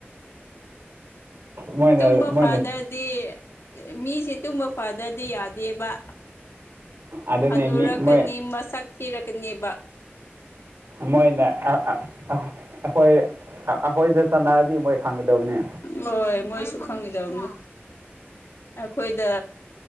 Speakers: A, on the right; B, on the left.
A: ꯃꯣꯏꯅ
B: ꯇꯨꯝꯕ
A: ꯃꯣꯏꯅ
B: ꯐꯥꯗꯔ ꯗꯤ ꯃꯤꯁꯤ ꯇꯨꯝꯕ ꯐꯗꯗꯤ ꯌꯥꯗꯦꯕ
A: ꯑꯗꯨꯅꯤ
B: ꯍꯅꯨꯔꯛꯀꯅꯤ
A: ꯃꯤ ꯃꯣꯏ
B: ꯃꯁꯛ ꯊꯤꯔꯛꯀꯅꯦꯕ
A: ꯃꯣꯏꯅ ꯑꯩꯈꯣꯏ ꯑꯩꯈꯣꯏꯗ ꯁꯥꯟꯅꯔꯗꯤ ꯃꯣꯏ ꯈꯪꯒꯗꯕꯅꯦ
B: ꯍꯣꯏ ꯃꯣꯏꯁꯨ ꯈꯪꯒꯗꯕꯅꯤ ꯑꯩꯈꯣꯏꯗ